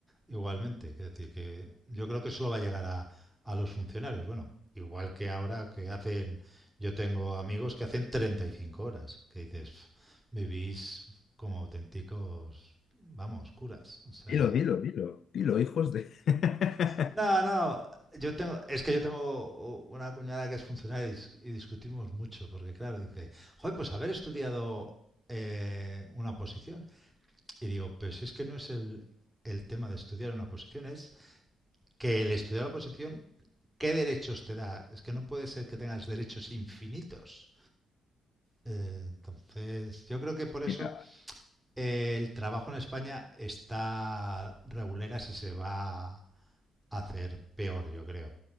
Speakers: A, in the centre; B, on the left.
A: igualmente. Es decir, que yo creo que solo va a llegar a, a los funcionarios. Bueno, igual que ahora que hacen, yo tengo amigos que hacen 35 horas, que dices, Vivís como auténticos, vamos, curas. O sea.
B: Dilo, dilo, dilo, dilo, hijos de... <laughs>
A: No, no. Yo tengo, es que yo tengo una cuñada que es funcionaria y, dis- y discutimos mucho, porque claro, dice, joder, pues haber estudiado eh, una oposición. Y digo, pues es que no es el, el tema de estudiar una oposición, es que el estudiar la oposición, ¿qué derechos te da? Es que no puede ser que tengas derechos infinitos. Eh, entonces, yo creo que por eso
B: Mira,
A: El trabajo en España está regulera si se va a hacer peor, yo creo.